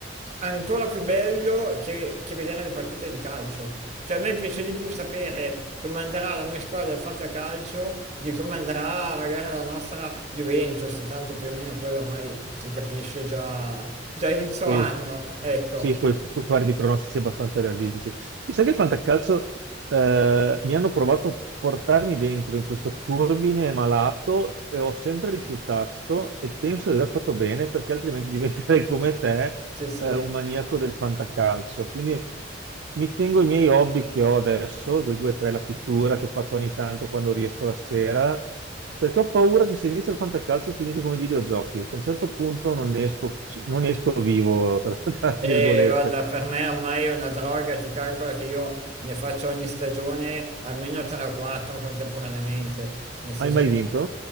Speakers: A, on the right (about 40°); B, on the right (about 70°).
A: ancora più bello che, che vedere le partite di calcio. Cioè a me piace di più sapere come andrà la mia squadra del fantacalcio di come andrà magari la nostra Juventus, tanto più o meno quello ormai si capisce già, già inizio
B: E
A: anno, ecco.
B: sì,
A: Sì.
B: puoi puoi fare dei pronostici abbastanza realistici. Mi sa che il fantacalcio eh, mi hanno provato a portarmi dentro in questo turbine malato e ho sempre rifiutato e penso di aver fatto bene perché altrimenti <laughs> diventerei come te
A: Sì, sì.
B: eh, un maniaco del fantacalcio. Quindi mi tengo i miei hobby che ho adesso, quei due o tre, la pittura che faccio ogni tanto quando riesco la sera, perché ho paura che se inizio il fantacalcio finisco come i videogiochi, che a un certo punto non ne esco, non ne esco vivo, <laughs> tra tra
A: E
B: virgolette.
A: guarda, per me ormai è una droga, tu calcola che io ne faccio ogni stagione almeno 3 o 4 contemporaneamente, nel senso
B: Hai mai
A: che...
B: vinto?